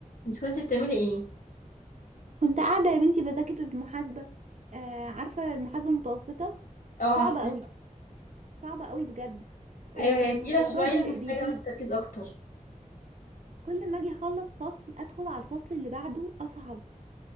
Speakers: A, on the left; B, on the right.
A: انت كنت بتعملي ايه
B: كنت قاعدة يا بنتي بذاكر المحاسبة آه عارفة المحاسبة المتوسطة
A: اه
B: صعبة
A: عارفه
B: قوي صعبة قوي بجد والموضوع
A: ايوه هي تقيله شويه
B: بي
A: محتاجه
B: بيزيد
A: بس تركيز اكتر
B: كل ما اجي اخلص فصل ادخل على الفصل اللي بعده اصعب